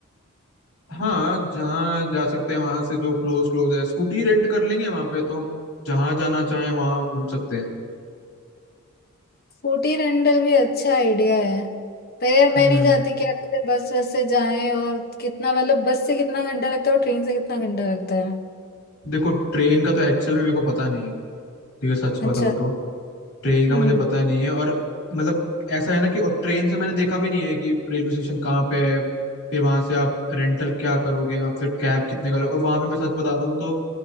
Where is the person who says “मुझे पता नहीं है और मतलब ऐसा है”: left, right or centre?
Left